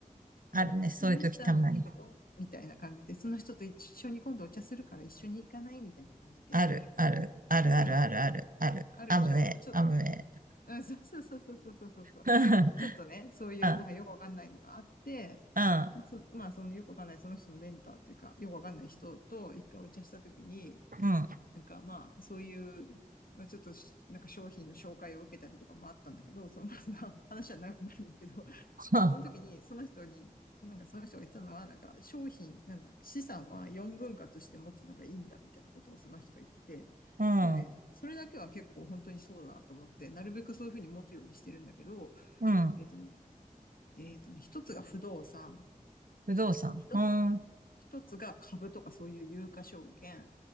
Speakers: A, on the right; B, on the left.
A: あるね、
B: まあ、なんか私のメンターなんだけど、
A: そういう時たまに。
B: みたいな感じで、その人と一緒に今度お茶するから一緒に行かないみたいな感じで、
A: ある、ある、ある、ある、
B: うん、
A: ある、ある、ある。
B: あるでしょちょ、
A: アムウェイ、アムウェイ。
B: うん、そうそうそうそうそうそうそうそう。
A: <laughs>
B: ちょっとね、そういうなんかよくわかんないのがあって、
A: あ、あ、
B: そ、まあそのよくわかんないその人のメンターっていうか、よくわかんない人と一回お茶したときに、
A: うん、
B: なんかまあそういう、まあちょっとしなんか商品の紹介を受けたりとかもあったんだけど、そのまあ <laughs> 話は長くなるんだけど、
A: <laughs> うん、
B: まあ、その時に、その人に、なんかその人が言ったのは、なんか商品、なんだ、資産は4分割して持つのがいいんだみたいなことをその人が言ってて、
A: うん、
B: でもね、それだけは結構本当にそうだなと思って、なるべくそういうふうに持つようにしてるんだけど、
A: うん
B: えっとね、えっとね、一つが不動産、
A: 不動産。
B: で一つ、
A: うん、うん、
B: 一つが株とかそういう有価証券、